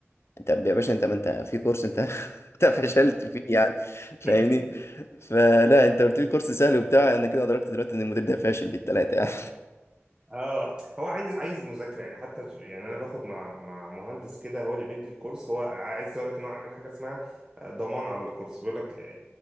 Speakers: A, on the left (about 65°); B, on the right (about 20°).
A: انت يا باشا انت ما انت في كورس انت <laughs> انت فشلت فيه يعني فاهمني
B: <laughs>
A: فلا انت قلت لي كورس سهل وبتاع انا كده ادركت دلوقتي ان المدير ده فاشل بالثلاثه يعني
B: اه هو عايز عايز مذاكره يعني حتى ج- يعني انا باخد مع مع مهندس كده هو اللي بيدي الكورس هو عايز اقول لك ان هو عامل حاجه اسمها آه، ضمان على الكورس بيقول لك آه،